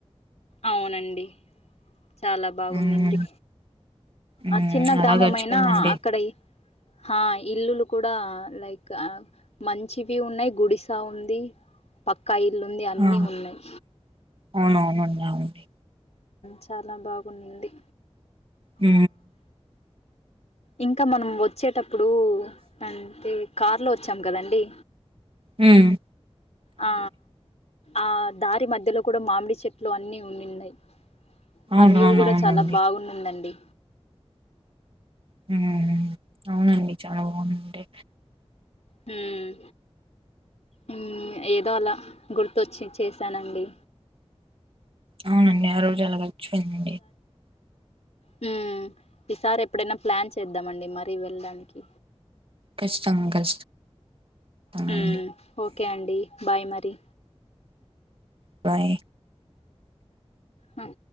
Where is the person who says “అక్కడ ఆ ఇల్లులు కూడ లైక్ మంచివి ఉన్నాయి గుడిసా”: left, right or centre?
Left